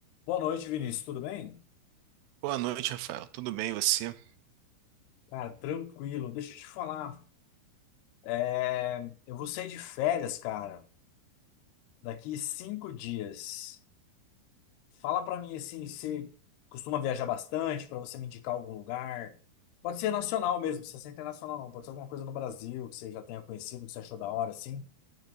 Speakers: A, on the left; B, on the right.
A: Boa noite, Vinícius. Tudo bem?
B: Boa noite, Rafael. Tudo bem, você?
A: Cara, tranquilo. Deixa eu te falar. É, Eu vou sair de férias, cara, daqui cinco dias. Fala pra mim assim, se costuma viajar bastante, pra você me indicar algum lugar. Pode ser nacional mesmo, não precisa ser internacional não. Pode ser alguma coisa no Brasil que você já tenha conhecido, que você achou da hora, assim,